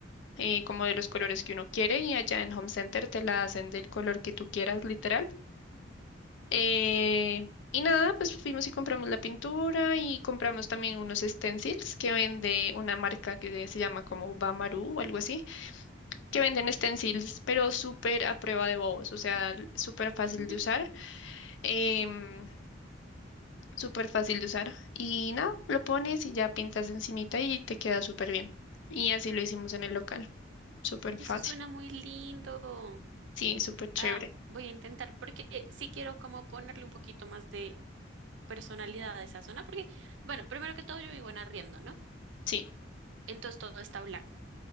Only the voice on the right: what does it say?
<laughs>
Eso
suena muy lindo.
Ah, voy a intentar porque eh, sí quiero como ponerle un poquito más de personalidad a esa zona porque, bueno, primero que todo yo vivo en arriendo, ¿no?
Entonces todo está blanco,